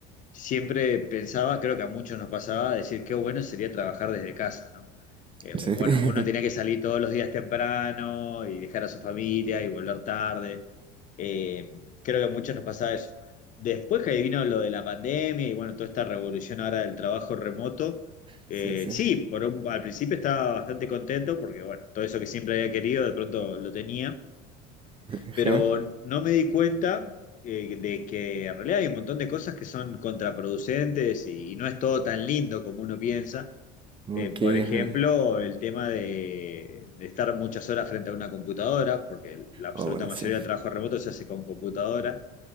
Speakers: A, on the left; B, on the right.
A: siempre pensaba, creo que a muchos nos pasaba, decir qué bueno sería trabajar desde casa, ¿no? Eh, porque,
B: <laughs>
A: bueno, uno tenía que salir todos los días temprano y dejar a su familia y volver tarde. Eh, creo que a muchos nos pasaba eso. Después que vino lo de la pandemia y bueno, toda esta revolución ahora del trabajo remoto, eh,
B: Sí, sí, sí.
A: sí, por un- al principio estaba bastante contento porque bueno, todo eso que siempre había querido de pronto lo tenía
B: Ajá.
A: pero no me di cuenta eh, de que en realidad hay un montón de cosas que son contraproducentes y, y no es todo tan lindo como uno piensa.
B: Ok,
A: Eh, por ejemplo,
B: ajá.
A: el tema de, de estar muchas horas frente a una computadora, porque la absoluta
B: Oh, bueno,
A: mayoría
B: sí.
A: del trabajo remoto se hace con computadora.